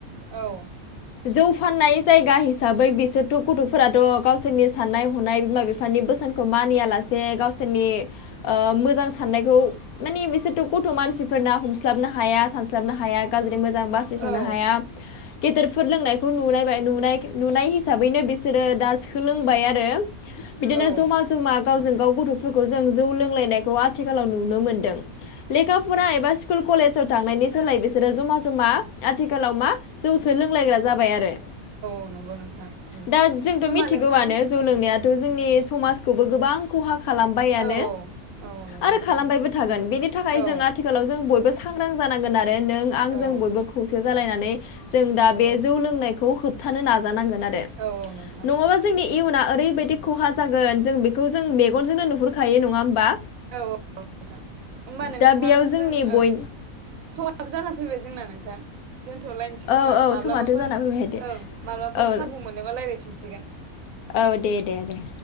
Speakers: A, on the right (about 70°); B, on the left (about 85°).
A: औ
B: जौ फाननाय जायगा हिसाबै बिसोरथ' गथ'फोराथ' गावसोरनि साननाय हनाय बिमा बिफानि बोसोनखौ मानियालासे गावसोरनि ओ मोजां साननायखौ माने बिसोरथ' गथ' मानसिफोरना हमस्लाबनो हाया सानस्लाबनो हाया गाज्रि मोजां बासिस'नो
A: औ
B: हाया गेदेरफोर लोंनायखौ नुनायबाय नुनाय नुनाय हिसाबैनो बेस सोरो दा सोलोंबाय आरो बिदिनो
A: ओं
B: जमा
A: औ
B: ज जमा गावजों गाव गथ'फोरखौ जों जौ लोंलायनायखौ आथिखालाव नुनो मोनदों। लेखा फरा एबा स्कुल कलेजाव थांनायनि सोलायै बिसोरो जमा जमा आथिखालाव मा जौसो लोंलायग्रा जाबाय आरो।
A: औ नोंगौ नोंथां। उम
B: दा जोंथ'
A: होमबा
B: मिथिगौआनो
A: नोंथां
B: जौ लोंनायाथ' जोंनि समाजखौबो गोबां खहा खालामबायानो
A: औ औ नंगौ
B: आरो
A: नोंथां
B: खालामबायबो थागोन बेनि थाखाय
A: औ औ
B: जों आथि खालाव जों बयबो सांग्रां जानांगोन आरो नों आं
A: औ
B: जों बयबो खौसे जालायनानै जों दा
A: औ
B: बे जौ लोंनायखौ होबथानो नाजानांगोन आरो।
A: औ औ नोंथां
B: नङाबा जोंनि इयुना ओरैबायदि खहा जागोन जों बेखौ जों मेगनजोंनो नुहुरखायो नङा होमबा?
A: औ औ नोंथां होमबा नोंथांजों
B: दा बेयाव जोंनि
A: जों औ
B: बय
A: सहाब जाना फैबाय जोंना नोंथां दोन्थ'लायनोसै
B: औ
A: खोमा
B: औ
A: माब्लाबाफोर
B: समाथ' जाना फैबाय दे
A: ओं माब्लाफोर
B: औ
A: खाबु मोनोबा रायज्लायफिनसिगोन।
B: औ दे दे दे